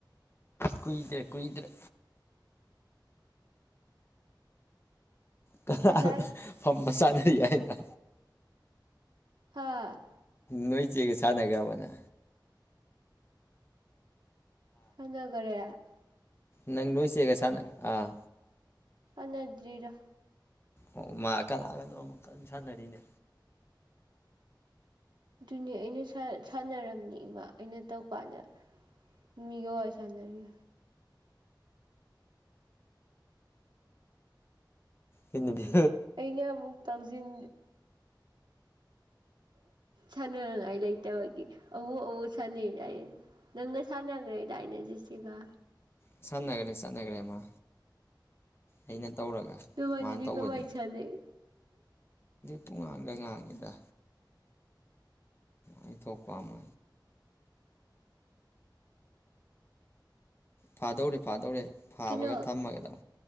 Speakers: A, on the left; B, on the right.
A: ꯀꯨꯏꯗ꯭ꯔꯦ ꯀꯨꯏꯗ꯭ꯔꯦ ꯀꯔ
B: ꯉꯁꯥꯏ
A: ꯐ ꯃꯁꯥꯅꯔꯤ ꯌꯥꯅ
B: ꯍꯥꯥ
A: ꯅꯣꯏ ꯆ ꯀ ꯁꯥ ꯅ ꯀꯕꯅꯦ
B: ꯁꯅꯒꯔꯦ
A: ꯅꯪ ꯂꯣꯏꯁꯤꯦꯒꯁꯅꯪ ꯑꯥ
B: ꯁ ꯅꯖꯤꯔꯤꯔ
A: ꯑꯣ ꯃꯥ ꯀꯅꯥꯒꯅꯣ ꯑꯃꯨꯛ ꯀꯟꯅ ꯁꯥꯟꯅꯔꯤꯅꯦ
B: ꯑꯗꯨꯅꯦ ꯑꯩꯅ ꯁꯥꯟꯅꯔꯝꯅꯤ ꯏꯃꯥ ꯑꯩꯅ ꯇꯧꯀꯥꯟꯗ ꯃꯤꯒꯣ ꯁꯥꯟꯅꯔꯤ
A: ꯀꯩꯅꯕꯤ꯫
B: ꯑꯩꯅ ꯑꯃꯨꯛ ꯇꯧꯖꯤꯟ ꯁꯥꯟꯅꯉꯥꯏ ꯂꯩꯇꯕꯒꯤ ꯑꯎ ꯑꯎ ꯁꯥꯟꯅꯩꯗꯥꯏ ꯅꯪꯒ ꯁꯥꯟꯅꯈ꯭ꯔꯦꯗꯥꯏꯅꯦ ꯖꯤꯁꯤꯒ
A: ꯁꯟꯅꯒꯔꯦ ꯁꯠꯅꯒꯔꯦꯃ ꯑꯩꯅ꯫ ꯇꯧꯔꯒ
B: ꯅꯕꯥꯅꯤꯗꯤ
A: ꯃꯥꯅ ꯇꯧꯕꯗꯤ
B: ꯀꯃꯥꯏ ꯁꯥꯅꯩ꯫
A: ꯄꯨ ꯉꯥꯡꯗ ꯉꯥꯡꯉꯦꯗ ꯑꯩ ꯊꯣꯛꯄꯥ ꯑꯃ꯫ ꯐꯥꯗꯧꯔꯦ ꯐꯥꯗꯧꯔꯦ꯫ ꯐꯥꯕꯒ
B: ꯀꯩꯅꯣ
A: ꯊꯝꯃꯒꯗꯧ